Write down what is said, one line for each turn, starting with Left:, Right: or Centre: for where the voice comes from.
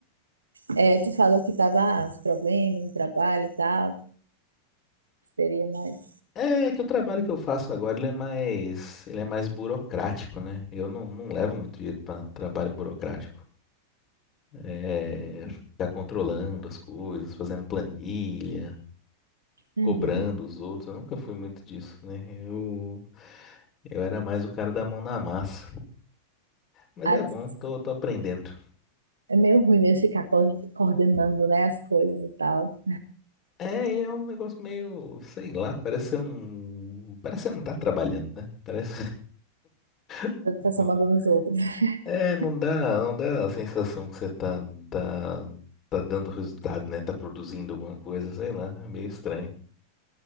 Right: É, tu falou que tava ah, os problemas, o trabalho e tal, que seria mais.
Left: É que o trabalho que eu faço agora, ele é mais, ele é mais burocrático, né? Eu não, não levo muito jeito para trabalho burocrático. É, ficar controlando as coisas, fazendo planilha,
Right: Uhum.
Left: cobrando os outros. Eu nunca fui muito disso, né? Eu, eu era mais o cara da mão na massa. Mas
Right: Ah,
Left: é
Right: t-
Left: bom, tô, tô aprendendo.
Right: é meio ruim mesmo ficar co- coordenando, né, as coisas e tal.
Left: É, e é um negócio meio, sei lá, parece que você não, parece que você não tá trabalhando, né? Parece, <laughs>
Right: O pessoal mandando os outros. <laughs>
Left: É, não dá, não dá a sensação que você tá, tá, tá dando resultado, né? Tá produzindo alguma coisa, sei lá, é meio estranho.